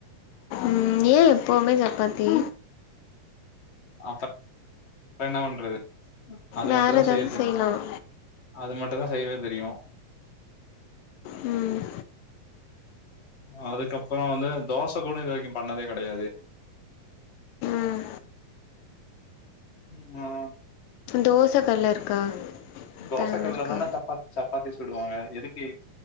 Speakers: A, on the left (about 80°); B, on the left (about 25°).
A: ம் ஏ எப்பவுமே சப்பாத்தி
B: அப்ற என்ன வண்றது அது
A: வேற
B: மட்டு தா
A: ஏதாவது
B: செய்ய தெரியு
A: செய்யலாம்
B: அது மட்டும் தா செய்யவே தெரியு
A: ம்
B: அதுக்கப்புறோ வந்து தோச கூட இது வரைக்கு பண்ணதே கெடையாது
A: ம்
B: ம்
A: தோசை கல்ல இருக்கா
B: தோச
A: பேன்
B: கல்ல
A: இருக்கா
B: தான சப்பாத் சப்பாத்தி சுடுவாங்க எதுக்கு